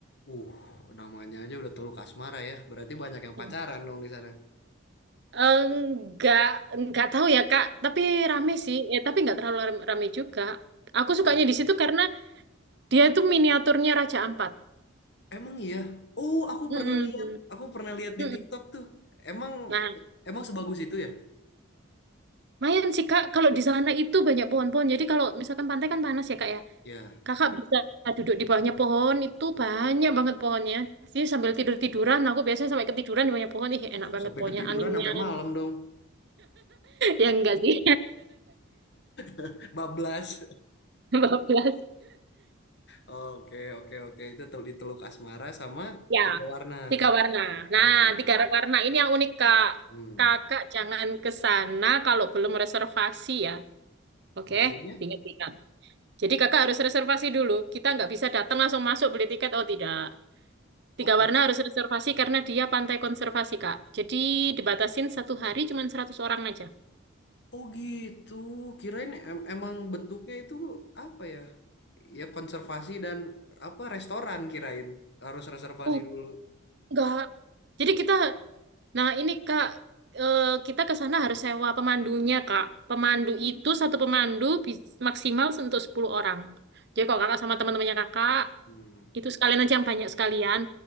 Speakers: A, on the left; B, on the right.
A: Uh, namanya aja udah Teluk Asmara ya. Berarti banyak yang
B: Hmm.
A: pacaran dong di sana.
B: Enggak, enggak tahu ya, Kak. Tapi rame sih. Eh, tapi enggak terlalu ram- rame juga. Aku sukanya
A: Oh.
B: di situ karena dia itu miniaturnya Raja Ampat.
A: Emang iya? Oh, aku
B: Mm-mm.
A: pernah lihat. Aku pernah lihat di
B: Mm-mm.
A: TikTok tuh. Emang
B: Nah,
A: emang sebagus itu ya?
B: Lumayan sih Kak, kalau di sana itu banyak pohon-pohon. Jadi kalau misalkan pantai kan panas ya Kak ya.
A: Ya,
B: Kakak bisa duduk di bawahnya pohon, itu banyak banget pohonnya. Jadi sambil tidur-tiduran, aku biasanya sampai ketiduran di bawahnya pohon. Ih, enak
A: s-
B: banget
A: sampai
B: pohonnya,
A: ketiduran
B: anginnya.
A: sampai
B: <laughs>
A: malam dong.
B: Ya enggak sih,
A: <laughs> Bablas.
B: <laughs> 12.
A: Oke, oke, oke. Itu tel- di Teluk Asmara sama
B: Ya,
A: tiga warna.
B: tiga warna. Nah,
A: Ah, oke.
B: tiga warna ini yang unik Kak.
A: Hmm.
B: Kakak jangan ke sana kalau belum reservasi ya. Oke,
A: Maksudnya?
B: ingat-ingat. Jadi kakak harus reservasi dulu. Kita nggak bisa datang langsung masuk beli tiket. Oh tidak.
A: Oke.
B: Tiga warna harus reservasi karena dia pantai konservasi, Kak. Jadi dibatasin satu hari cuma 100 orang aja.
A: Oh gitu, kirain em- emang bentuknya itu apa ya? Ya konservasi dan apa restoran kirain harus reservasi
B: Oh,
A: dulu.
B: Enggak. Jadi kita, nah ini Kak, eh, kita ke sana harus sewa pemandunya, Kak. Pemandu itu satu pemandu bis- maksimal untuk 10 orang. Jadi kalau Kakak sama teman-temannya Kakak,
A: Hmm.
B: itu sekalian aja yang banyak sekalian.